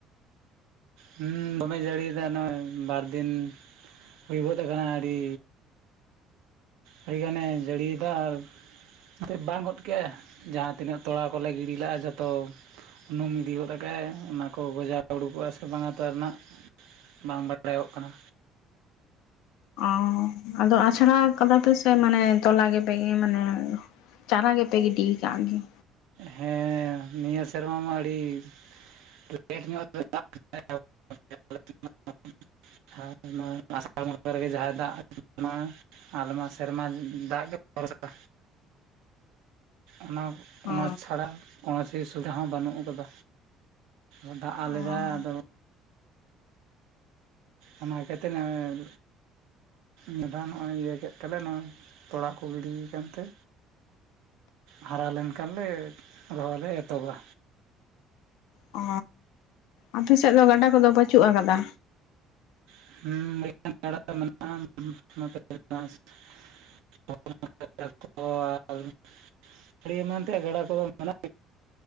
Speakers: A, on the right; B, on the left.
A: ᱦᱚᱸ ᱫᱚᱢᱮ ᱡᱟᱹᱲᱤᱭᱮᱫᱟ ᱱᱚᱜᱼᱚᱭ ᱵᱟᱨ ᱫᱤᱱ ᱦᱩᱭ ᱜᱚᱫ ᱟᱠᱟᱱᱟ ᱟᱹᱰᱤ ᱟᱹᱰᱤᱜᱟᱱᱮ ᱡᱟᱹᱲᱤᱭᱮᱫᱟ ᱟᱨ <unintelligible> ᱵᱟᱱ ᱜᱚᱫ ᱠᱮᱜᱼᱟ ᱡᱟᱦᱟᱸ ᱛᱤᱱᱟᱹᱜ ᱛᱚᱞᱟ ᱠᱚᱞᱮ ᱜᱤᱲᱤ ᱞᱟᱜᱼᱟ ᱡᱚᱛᱚ ᱩᱱᱩᱢ ᱤᱫᱤ ᱜᱚᱫ ᱠᱟᱭ ᱚᱱᱟ ᱠᱚ ᱜᱚᱡᱟᱣ ᱩᱰᱩᱠᱚᱜᱼᱟ ᱥᱮ ᱥᱮ ᱵᱟᱝᱟᱛᱟᱨ ᱨᱮᱱᱟᱜ ᱵᱟᱝ ᱵᱟᱰᱟᱭᱚᱜ ᱠᱟᱱᱟ
B: ᱚ ᱟᱫᱚ ᱟᱪᱲᱟ ᱠᱟᱫᱟ ᱯᱮᱥᱮ ᱢᱟᱱᱮ ᱛᱚᱞᱟ ᱜᱮᱯᱮ ᱜᱮ ᱢᱟᱱᱮ ᱪᱟᱨᱟ ᱜᱮᱯᱮ ᱜᱤᱰᱤ ᱠᱟᱜᱽ ᱜᱮᱭᱟ
A: ᱦᱮᱸ ᱱᱤᱭᱟᱹ ᱥᱮᱨᱢᱟ ᱢᱟ ᱟᱹᱰᱤ <unintelligible> ᱟᱨ ᱱᱳᱭᱟ ᱟᱥᱟᱲ ᱵᱚᱸᱜᱟ ᱨᱮᱜᱮ ᱡᱟᱦᱟᱸᱭ ᱫᱟᱜ ᱟᱵᱩ ᱠᱟᱱᱟᱭ ᱟᱞᱮᱢᱟ ᱥᱮᱨᱢᱟ ᱫᱟᱜ ᱜᱮ ᱵᱷᱚᱨᱥᱟ, ᱚᱱᱟ ᱚᱱᱟ
B: ᱚ
A: ᱪᱷᱟᱲᱟ <unintelligible> ᱥᱩᱵᱤᱫᱷᱟ ᱦᱚᱸ ᱵᱟᱹᱱᱩᱜ ᱟᱠᱟᱫᱟ ᱟ ᱫᱟᱜ
B: ᱚ
A: ᱞᱮᱫᱟᱭ ᱟᱫᱚ ᱚᱱᱟ ᱤᱠᱟᱹᱛᱮ ᱱᱳᱭ ᱢᱤᱫ ᱫᱷᱟᱣ ᱱᱚᱜᱼᱚᱭ ᱞᱟᱹᱭ ᱠᱮᱫ ᱛᱟᱞᱮ ᱱᱚᱜᱼᱚᱭ ᱛᱚᱲᱟ ᱠᱚ ᱜᱤᱰᱤᱭ ᱠᱟᱱ ᱛᱮ ᱦᱟᱨᱟ ᱞᱮᱱ ᱠᱷᱟᱱ ᱞᱮ ᱨᱚᱦᱚᱭ ᱞᱮ ᱮᱛᱚᱦᱚᱵᱟ
B: ᱚ, ᱟᱯᱮ ᱥᱮᱫ ᱫᱚ ᱜᱟᱰᱟ ᱠᱚᱫᱚ ᱵᱟ. ᱪᱩᱜ ᱟᱠᱟᱫᱟ?
A: ᱦᱮᱸ ᱢᱤᱫᱴᱟᱱ ᱢᱮᱱᱟᱜᱼᱟ <unintelligible> ᱟᱹᱰᱤ ᱮᱢᱟᱱ ᱛᱮᱭᱟᱜ ᱜᱟᱰᱟ ᱠᱚᱫᱚ ᱢᱟᱱᱮ